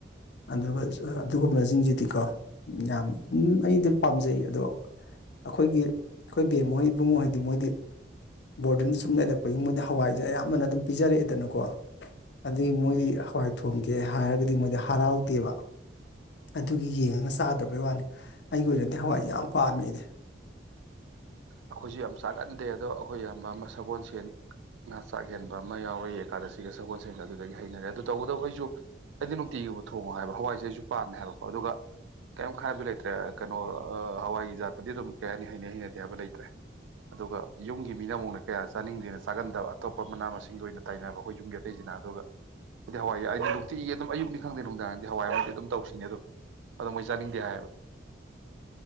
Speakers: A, on the left; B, on the right.
A: ꯑꯗꯨꯒ ꯑꯗꯨꯒꯨꯝꯕꯁꯤꯡꯁꯤꯗꯤꯀꯣ ꯌꯥꯝ ꯑꯗꯤ ꯄꯥꯝꯖꯩ ꯑꯗꯣ ꯑꯩꯈꯣꯏꯒꯤ ꯑꯩꯈꯣꯏ ꯕꯦꯝꯍꯣꯏ ꯏꯕꯨꯡꯍꯣꯏꯗꯤ ꯃꯣꯏꯗꯤ ꯕꯣꯔꯗꯤꯡꯗ ꯁꯨꯝ ꯂꯩꯔꯛꯄꯒꯤ ꯃꯣꯏꯗꯤ ꯍꯋꯥꯏꯁꯦ ꯑꯌꯥꯝꯕ ꯑꯃꯅ ꯑꯗꯨꯝ ꯄꯤꯖꯔꯛꯑꯦꯗꯅꯀꯣ ꯑꯗꯨꯗꯒꯤ ꯃꯣꯏꯗꯤ
B: ꯎꯝ
A: ꯍꯋꯥꯏ ꯊꯣꯡ ꯀꯦ ꯍꯥꯏꯔꯒꯗꯤ ꯃꯣꯏꯗꯤ ꯍꯔꯥꯎꯗꯦꯕ ꯑꯗꯨꯒꯤ ꯌꯦꯡꯉꯒ ꯆꯥꯗꯕꯩ ꯋꯥꯅꯤ ꯑꯩꯒꯤ ꯑꯣꯏꯅꯗꯤ ꯍꯋꯥꯏꯁꯦ ꯌꯥꯝ ꯄꯥꯝꯃꯦ ꯑꯩꯗꯤ
B: ꯑꯩꯈꯣꯏꯁꯨ ꯌꯥꯝ ꯆꯥꯛꯍꯟꯗꯦ ꯑꯗꯣ ꯑꯩꯈꯣꯏ ꯑꯌꯥꯝꯕ ꯑꯃ ꯁꯒꯣꯜ ꯁꯦꯟ ꯉꯥ ꯆꯥꯛ ꯍꯦꯟꯕ ꯑꯃ ꯌꯥꯎꯔ ꯌꯦꯀꯥꯗ ꯁꯤꯒ ꯁꯒꯣꯜ ꯁꯦꯟ ꯑꯗꯨꯗꯒꯤ ꯍꯩꯅꯔꯦ ꯑꯗꯨ ꯇꯧꯕꯇꯕꯨ ꯑꯩꯁꯨ ꯑꯩꯗꯤ ꯅꯨꯡꯇꯤꯒꯤꯒꯨꯝꯕ ꯊꯣꯡꯉꯣ ꯍꯥꯏꯕ ꯍꯋꯥꯏꯁꯦ ꯑꯩꯁꯨ ꯄꯥꯝꯃꯦ ꯍꯥꯏꯕꯀꯣ ꯑꯗꯨꯒ ꯀꯩꯝ ꯈꯥꯏꯕ ꯂꯩ ꯀꯩꯅꯣ ꯍꯋꯥꯏ ꯖꯥꯠꯇꯗꯤ ꯑꯗꯨꯝ ꯀꯩ ꯍꯥꯢꯅꯤ ꯍꯥꯏꯅꯩ ꯍꯩꯅꯗꯦ ꯍꯥꯏꯕ ꯂꯩꯇꯦ ꯑꯗꯨꯒ ꯌꯨꯝꯒꯤ ꯃꯤꯅ ꯑꯃꯨꯛ ꯀꯌꯥ ꯆꯥꯅꯤꯡꯗꯦꯅ ꯆꯥꯒꯟꯗꯕ ꯑꯇꯣꯞꯄ ꯃꯅꯥ ꯃꯁꯤꯡ ꯗ ꯑꯣꯏꯅ ꯇꯩꯅꯅꯕ ꯑꯩꯈꯣꯏ ꯌꯨꯝꯒꯤ ꯑꯇꯩꯁꯤꯅ ꯑꯗꯨꯒ ꯍꯥꯏꯗꯤ ꯍꯋꯥꯏ ꯍꯥꯏꯗꯤ ꯅꯨꯡꯇꯤꯒꯤ ꯑꯗꯨꯝ ꯑꯌꯨꯛꯅꯤ ꯈꯪꯗꯦ ꯅꯨꯡꯗꯥꯡꯗꯤ ꯍꯋꯥꯏ ꯑꯃꯗꯤꯗꯤ ꯑꯗꯨꯝ ꯇꯧꯁꯤꯅꯦ ꯑꯗꯨꯝ ꯑꯗꯨꯝ ꯃꯣꯏ ꯆꯥꯅꯤꯡꯗꯦ ꯍꯥꯏꯌꯦꯕ